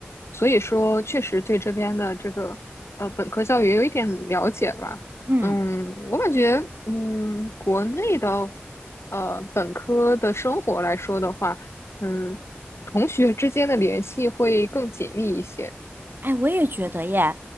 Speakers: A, on the left; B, on the right.
A: 所以说确实对这边的这个呃本科教育也有一点了解吧。
B: 嗯，
A: 嗯，我感觉嗯国内的呃本科的生活来说的话。嗯，同学之间的联系会更紧密一些，
B: 哎，我也觉得耶。